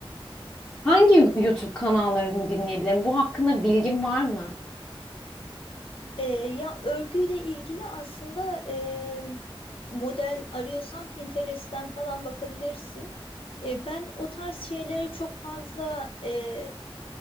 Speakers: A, on the left; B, on the left.
A: Hangi YouTube kanallarını dinleyebilirim? Bu hakkında bilgin var mı?
B: Ee, ya örgüyle ilgili aslında e, model arıyorsan Pinterest'ten falan bakabilirsin. E, ben o tarz şeylere çok fazla e,